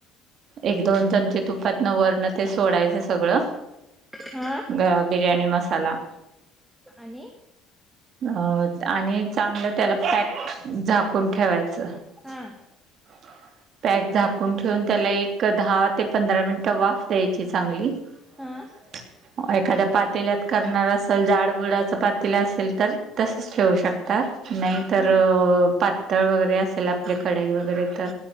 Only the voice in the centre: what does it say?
हं!
आणि?
हा
हा
हा